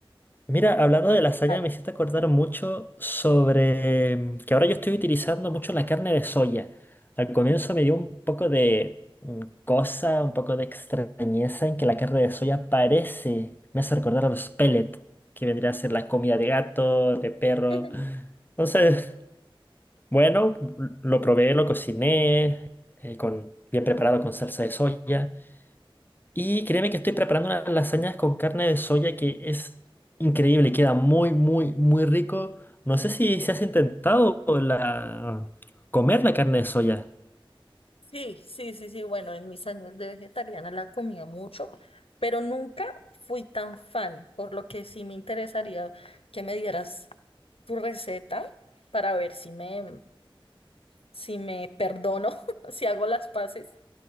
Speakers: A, on the left; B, on the left.
A: Mira, hablando de lasaña,
B: total.
A: me hiciste acordar mucho sobre mm, que ahora yo estoy utilizando mucho la carne de soya. Al comienzo me dio un poco de mm, cosa, un poco de extrañeza en que la carne de soya parece, me hace recordar a los pellets, que vendría a ser la comida de gato, de perro.
B: <laughs>
A: Entonces, bueno, lo probé, lo cociné, eh, con, bien preparado con salsa de soya. Y créeme que estoy preparando unas lasañas con carne de soya que es increíble, queda muy, muy, muy rico. No sé si se has intentado la... comer la carne de soya.
B: Sí, sí, sí, sí. Bueno, en mis años de vegetariana la comía mucho, pero nunca fui tan fan, por lo que sí me interesaría que me dieras tu receta para ver si me, si me perdono, <laughs> si hago las paces